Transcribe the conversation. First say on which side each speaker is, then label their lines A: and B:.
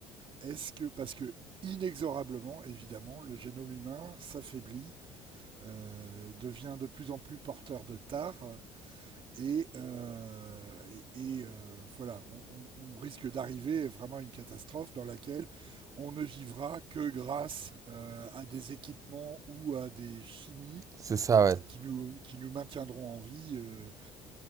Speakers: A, on the right; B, on the right.
A: Est-ce que parce que inexorablement, évidemment, le génome humain s'affaiblit, euh, devient de plus en plus porteur de tares, Et, euh, et, et euh, voilà, on, on- on risque d'arriver vraiment à une catastrophe dans laquelle on ne vivra que grâce euh, à des équipements ou à des chimies
B: C'est ça, ouais.
A: qui nous, qui nous maintiendront en vie euh,